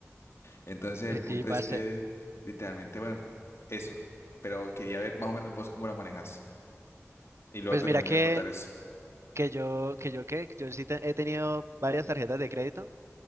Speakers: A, on the left; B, on the right.
A: Entonces
B: Pues
A: el punto
B: sí, parce.
A: es que literalmente, bueno, eso. Pero quería ver más o menos vos cómo la manejas. Y luego
B: Pues
A: te
B: mira
A: termino
B: que,
A: de contar eso.
B: que yo, que yo qué, yo sí te- he tenido varias tarjetas de crédito